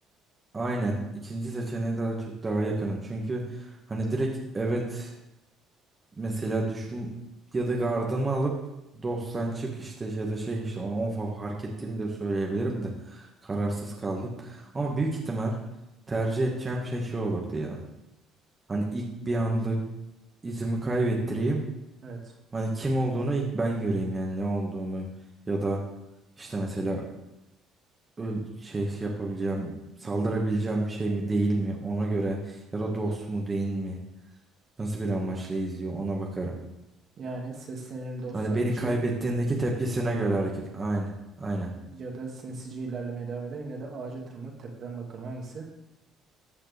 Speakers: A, on the right; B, on the right.
A: aynen ikinci seçeneğe daha çok daha yakınım. Çünkü hani direkt evet Mesela düşün ya da gardımı alıp dosttan çık işte ya da şey işte onu on fa- fark ettiğimi de söyleyebilirim de kararsız kaldım. Ama büyük ihtimal tercih edeceğim şey şey olurdu ya. Hani ilk bir anda izimi kaybettireyim.
B: Evet.
A: Hani kim olduğunu ilk ben göreyim yani ne olduğunu ya da işte mesela öl- şey yapabileceğim saldırabileceğim bir şey mi değil mi ona göre ya da dost mu değil mi nasıl bir amaçla izliyor ona bakarım.
B: Yani seslenirim dostsan
A: Hani beni
B: çık
A: kaybettiğindeki tepkisine göre hareket. Aynen. Aynen.
B: ya da sinsice ilerlemeye devam ederim ya da ağaca tırmanıp tepeden bakarım. Hangisi?